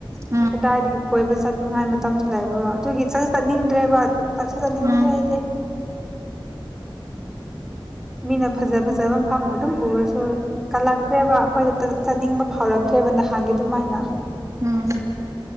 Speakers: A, on the right; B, in the centre.
A: ꯎꯝ
B: ꯀꯗꯥꯏꯗꯒꯤ ꯀꯣꯏꯕ ꯆꯠꯅꯤꯡꯉꯥꯏ ꯃꯇꯝꯁꯨ ꯂꯩꯕ꯭ꯔꯣ ꯑꯗꯨꯒꯤ ꯆꯠꯁꯨ ꯆꯠꯅꯤꯡꯗ꯭ꯔꯦꯕ ꯆꯠꯁꯨ ꯆꯠꯅꯤꯡꯗꯦ
A: ꯎꯝ
B: ꯑꯩꯗꯤ ꯃꯤꯅ ꯐꯖ ꯐꯖ ꯐꯖꯕ ꯃꯐꯝ ꯑꯗꯨꯝ ꯎꯔꯁꯨ ꯀꯜꯂꯛꯇ꯭ꯔꯦꯕ ꯑꯩꯈꯣꯏꯗ ꯆꯠꯅꯤꯡꯕ ꯐꯥꯎꯔꯛꯇ꯭ꯔꯦꯕ ꯅꯍꯥꯟꯒꯤ ꯑꯗꯨꯃꯥꯏꯅ
A: ꯎꯝ